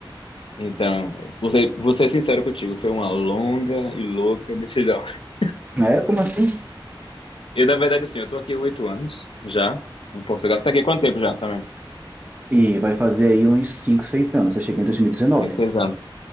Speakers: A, on the left; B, on the right.
A: Então, vou ser, vou ser sincero contigo, foi uma longa e louca decisão. <laughs>
B: É, como assim?
A: Eu, na verdade, assim, eu tô aqui há oito anos já, em Portugal. Você tá aqui há quanto tempo já também?
B: E vai fazer aí uns 5, 6 anos. Eu cheguei em 2019.
A: Tem seis anos.